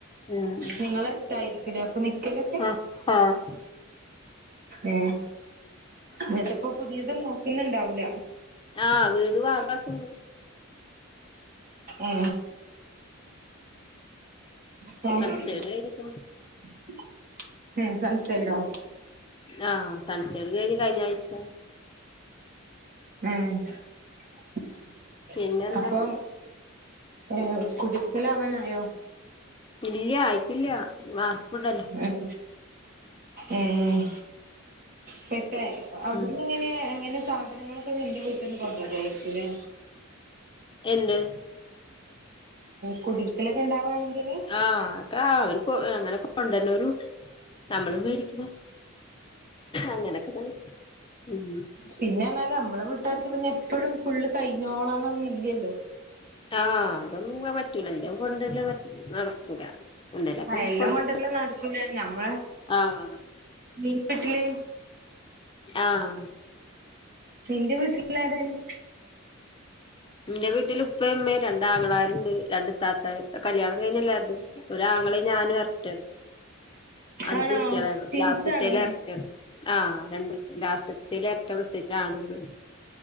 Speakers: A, on the left (about 25°); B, on the right (about 45°).
A: ഉം
B: നിങ്ങളട്ത്തായിരിക്കുലേ അപ്പൊ നിക്കല്
A: ആഹ് ആഹ്
B: എഹ് ന്നിട്ട് ഇപ്പൊ പുതിയത് നോകിന്ന്ണ്ടാവൂല
A: ആഹ് വീട് വാർപ്പാക്കു
B: ഏ... പ്ലാസ്റ്റിക്ക്
A: സൺസൈഡ് കഴിഞ്ഞിക്ക്ണ്
B: <inaudible> ഏഹ് സൺസൈഡോ
A: ആഹ് സൺസൈഡ് കഴിഞ്ഞു കഴിഞ്ഞാഴ്ച
B: ഏഹ് <inaudible>
A: പിന്നെന്താ
B: അപ്പം ഏഹ്കുടിരിക്കല് ആവാനായോ
A: ഇല്ല്യ ആയിട്ടില്ല വാർപ്പ്ണ്ടല്ലോ
B: അൻ ഏഹ് പെൻ ഏഹ് അവിടുന്ന്
A: ഉം
B: എങ്ങനെ എങ്ങനെ സാധനങ്ങളൊക്കെ നിന്റെ വീട്ടിന്ന് കൊണ്ടരായിരിക്കുംലേ
A: എന്ത്
B: കുടിര്ക്കല്കെ ഇണ്ടവാണെങ്കില്
A: ആഹ് ക്കെ അവര്ക്കൊ അങ്ങനെ കൊണ്ടര്ന്നോരു ണ്ട് നമ്മള് മേടിക്കുന്ന് അ അങ്ങനൊക്കെതന്നെ ഉം
B: പിന്നെർഞാല് നമ്മളെ വീട്ടാർക്ക് പിന്നെ എപ്പഴും ഫുള്ള് കൈഞ്ഞോളണംന്നില്ലല്ലോ
A: ആഹ് അതൊന്നും പറ്റൂല. ഇന്റെ കൊണ്ടര്ല് നടക്കൂല എന്തേലൊക്കെ
B: ആഹ് എല്ലം
A: കൊട്
B: കൊണ്ടര്ല് നടക്കുല്ല. ഞമ്മളെ
A: ആഹ്
B: നിന്റെ വീട്ടില്
A: ആഹ്
B: നിന്റെ വീട്ടിൽ ആര <unintelligible>
A: ന്റെ വീട്ടില് ഉപ്പേ മ്മേ രണ്ട്അങ്ങളര് ണ്ട് രണ്ട് ഇത്തത്താര് കല്യയാണം കഴിഞ്ഞ് എല്ലാര്തും ഒരാങ്ങളീം ഞാനും എര്ട്ടേണ് അഞ്ചു
B: ആണോ
A: കുട്യളാണ്
B: ട്വിൻസാണോ?
A: ലാസ്റ്റ്ത്തെല് എരട്ടേണ് ആഹ് രണ്ട് ലാസ്റ്റ്ത്തേല് എര്റ്റ പ്രസവി ഒരാൺ കൂടെണ്ട്